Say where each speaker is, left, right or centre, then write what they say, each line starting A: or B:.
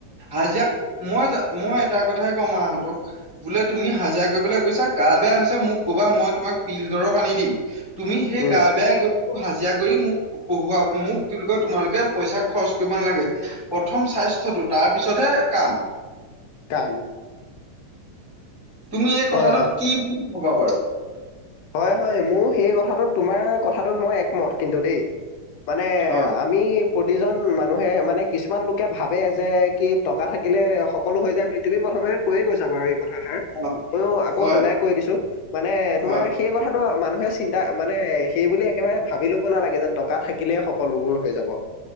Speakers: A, on the left; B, on the left.
A: আাজিা মই-মই এটা কথাই কওঁ মাহঁতক বোলে তুমি হাজিৰা কৰিবলৈ গৈছা গা বেয়া হৈছে মোক ক কবা মই তোমাক পিলডৰৰ পানী দিম তুমি সেই
B: উম
A: গা বেয়াই গৈ হাজিৰা কৰি মোক পঢ়োৱা মোক তোমালোকে পইচা খৰচ কৰিব নালাগে প্ৰথম চাই স্বাস্থটো তাৰ পিছতহে কাম
B: কাম
A: তুমি এই কথাটোত
B: হয়
A: কি বুলি কবা বাৰু।
B: হয়-হয় মোৰ সেই কথাটোত তোমাৰ কথাটোত মই একমত কিন্তু দেই। মানে
A: হয়,
B: আমি প্ৰতিজন মানুহে মানে কিছুমান লোকে ভাবে যে কি টকা থাকিলে সকলো হৈ যায় বুলি তুমি ক কৈয়ে কৈছা বাৰু এই কথা তাৰ
A: হয়,
B: ময়ো আকৌ
A: হয়,
B: দুই লাই কৈ দিছো মানে তোমাৰ
A: হয়,
B: স কথাটো মানুহে চিন্তা মানে সেই বুলি একেবাৰে ভাবি ল'ব নালাগে যে টকা থাকিলেই সকলোবোৰ হৈ যাব।